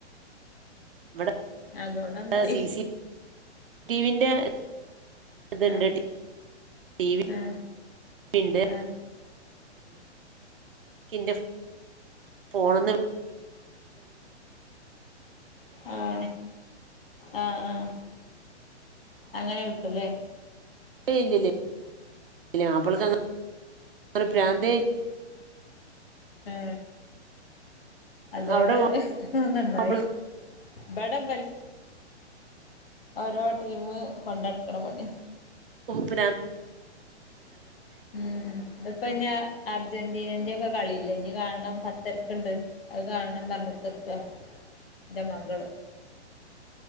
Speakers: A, on the right; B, on the left.
A: ഇവിടെി
B: അതോണ്ടന്നായി
A: ടിവിന്റെ ത്ണ്ട്
B: ആ
A: ടി വി
B: ആ
A: പിണ്ട്
B: ആ
A: ിന്റെ ഫോണന്ന്
B: ആഹ ആഹ ആഹ അങ്ങനെ വിട്ടല്ലേ
A: ഇ ഇല്ലല്ല അപ്പൾക്ക പ്രാന്ത
B: ആ അതുകൊണ്ട്ന്നണ്ടായി
A: അവിടെ മാപ്പൾക്ക്
B: വിടം വല ഓരോ ടീമ കൊണ്ടടുക്കണ മണി
A: പുരാൻ
B: ഉം ഇപ്പന്ന അർജന്റീനന്റെ ഒക്കെ കളിയില്ല എനിക്ക് കാണണം പത്തരക്കുണ്ട് അത് കാണണം പറഞ്ഞത്തെർക്ക എന്റെ മകള്